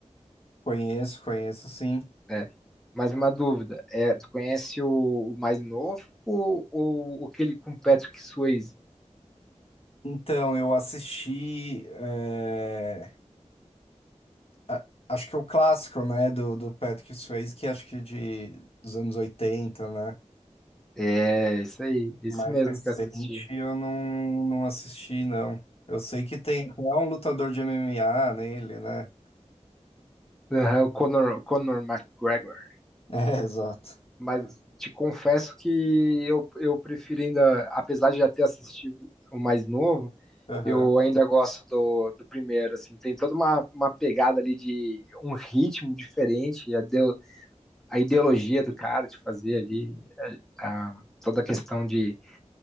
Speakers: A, on the left; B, in the centre.
A: conheço, conheço sim.
B: É. Mais uma dúvida. É, tu conhece o, o mais novo ou, ou aquele com Patrick Swayze?
A: Então, eu assisti, é, a- acho que é o clássico, né, do, do Patrick Swayze, que acho que é de, dos anos 80, né?
B: É, isso aí, esse
A: Mais
B: mesmo
A: recente
B: que eu assisti.
A: eu não, não assisti, não. Eu sei que tem até um lutador de MMA nele, né?
B: Aham, o Conor, Conor McGregor.
A: <laughs> É, exato.
B: Mas te confesso que eu, eu prefiro ainda, apesar de já ter assistido o mais novo,
A: Aham,
B: eu ainda gosto do, do primeiro, assim, tem toda uma, uma pegada ali de um ritmo diferente, a, deo- a ideologia do cara de fazer ali, a- a- toda a questão de,